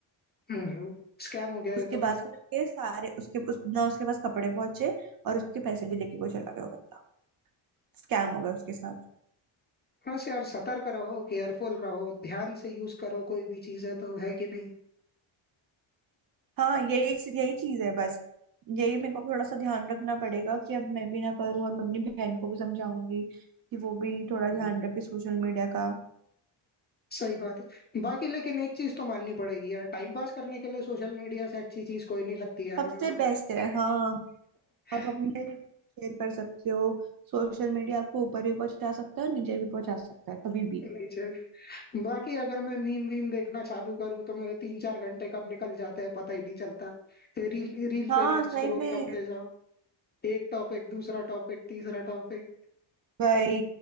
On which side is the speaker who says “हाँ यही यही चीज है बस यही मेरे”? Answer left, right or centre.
Right